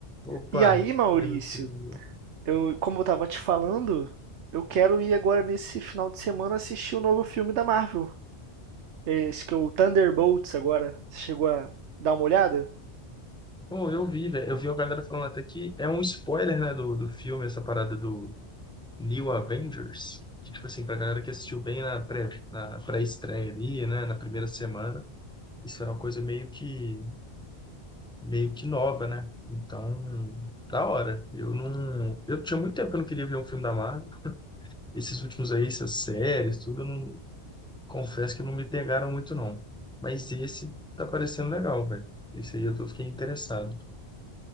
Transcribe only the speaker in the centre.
Opa,
e meu querido?
Pô, eu vi, velho. Eu vi a galera falando até que é um spoiler, né, do, do filme, essa parada do New Avengers. Que, tipo assim, pra galera que assistiu bem na pré, na pré-estreia ali, né, na primeira semana, isso era uma coisa meio que, meio que nova, né? Então, da hora. Eu não. Eu tinha muito tempo que eu não queria ver um filme da Marvel. Esses últimos aí, essas séries, tudo, eu não. Confesso que não me pegaram muito, não. Mas esse tá parecendo legal, velho. Esse aí eu tô, fiquei interessado.